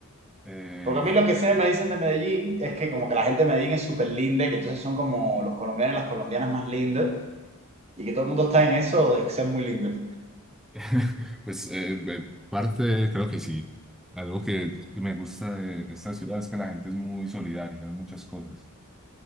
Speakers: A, in the centre; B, on the right.
A: Eh,
B: Porque a mí lo que siempre me dicen de Medellín es que como que la gente de Medellín es súper linda, que entonces son como los colombianos y las colombianas más lindas, y que todo el mundo está en eso de ser muy lindos.
A: <laughs> Pues eh, eh, parte, creo que sí. Algo que, que me gusta de, de esta ciudad es que la gente es muy solidaria en muchas cosas.